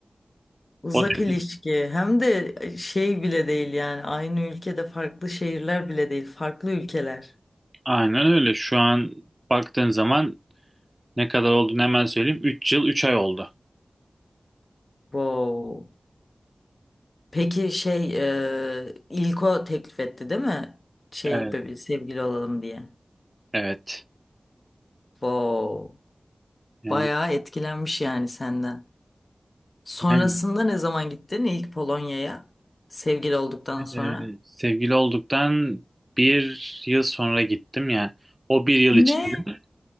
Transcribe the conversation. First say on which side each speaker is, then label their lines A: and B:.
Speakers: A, on the left (about 55°); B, on the right (about 20°).
A: Uzak
B: O dedi.
A: ilişki. Hem de şey bile değil yani. Aynı ülkede farklı şehirler bile değil. Farklı ülkeler.
B: Aynen öyle. Şu an baktığın zaman ne kadar olduğunu hemen söyleyeyim. 3 yıl 3 ay oldu.
A: Wow. Peki şey e, İlko teklif etti değil mi? Şey
B: Evet.
A: böyle sevgili olalım diye.
B: Evet.
A: Wow.
B: Yani,
A: Bayağı etkilenmiş yani senden. Sonrasında
B: yani,
A: ne zaman gittin ilk Polonya'ya? Sevgili olduktan
B: e,
A: sonra.
B: sevgili olduktan bir yıl sonra gittim ya. O bir yıl
A: Ne?
B: içinde.